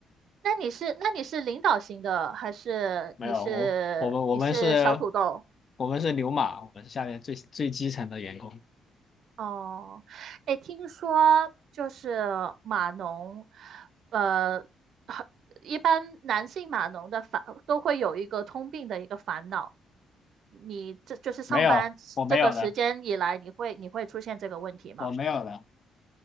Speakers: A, on the right; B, on the left.
A: 那你是那你是领导型的，还是你是你是小土豆？
B: 没有，我我们我们是，我们是牛马，我们是下面最最基层的员工。
A: 哦，哎，听说就是码农，呃，很一般男性码农的烦都会有一个通病的一个烦恼，你这就是上班这个时间以来，
B: 没有，我没有的，
A: 你会你会出现这个问题吗？
B: 我没有的。